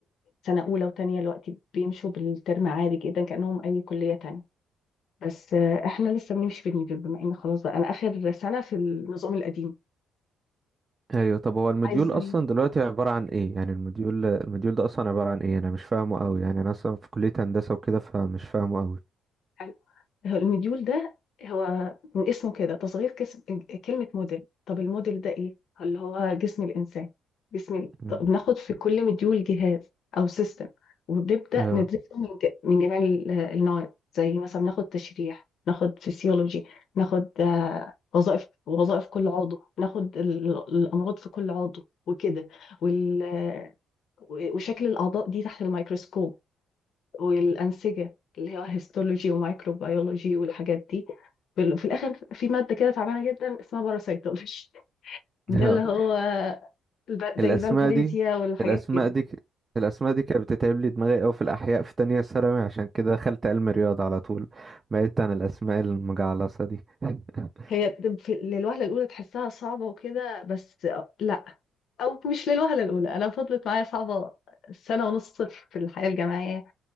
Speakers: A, on the left; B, on the right.
A: سنه اولى وتانية دلوقتي بيمشوا بالترم عادي جدا كانهم اي كليه تانية بس آه، احنا لسه بنمشي بالمديول بما ان خلاص بقى انا اخر سنه في النظام القديم
B: ايوه طب هو المديول
A: عايزني
B: اصلا دلوقتي عباره عن ايه يعني المديول المديول ده اصلا عباره عن ايه انا مش فاهمه قوي يعني انا اصلا في كليه هندسه وكده فمش فاهمه قوي
A: حلو هو المديول ده هو من اسمه كده تصغير كسم كلمة موديل طب الموديل ده ايه؟ اللي هو جسم الإنسان جسم ال-
B: مم.
A: طب بناخد في كل مديول جهاز أو سيستم وبنبدأ
B: اه
A: ندرسه من ج... من جميع ال- النواحي زي مثلا ناخد تشريح ناخد فسيولوجي ناخد آه، وظائف وظائف كل عضو ناخد ال- الأمراض في كل عضو وكده وال... آه، و- وشكل الأعضاء دي تحت الميكروسكوب والأنسجة اللي هو هيستولوجي ومايكروبيولوجي والحاجات دي بال- في الآخر في مادة كده تعبانة جدا اسمها باراسيتولوجي ده
B: <laughs>
A: اللي هو الب-
B: الاسماء
A: زي الفالهاريزيا
B: دي
A: والحاجات
B: الاسماء
A: كده
B: دي ك- الاسماء دي كانت بتتعب لي دماغي قوي في الاحياء في تانية ثانوي عشان كده دخلت علم رياضه على طول بعدت عن الاسماء المجعلصه دي <laughs>
A: هي د- في- للوهلة الأولى تحسها صعبة وكده بس لأ أو مش للوهلة الأولى أنا فضلت معايا صعبة سنة ونص في الحياة الجامعية